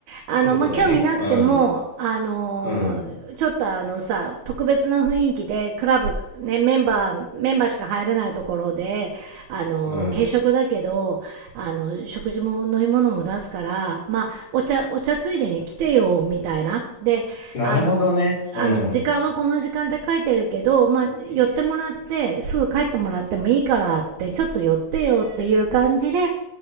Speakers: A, on the right; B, on the left.
A: あの、
B: ってことだよね。
A: まあ、興味なくてもあのーちょっとあのさ特別な雰囲気でクラブ、
B: うん。うん。
A: ね、メンバーメンバーしか入れないところであのー軽食だけどあの食事も飲み物も出すから、
B: うん。
A: まあ、お茶お茶ついでに来てよみたいなであのー
B: なるほどね。うん。
A: あの時間はこの時間って書いてるけど、まあ、寄ってもらってすぐ帰ってもらってもいいからってちょっと寄ってよっていう感じで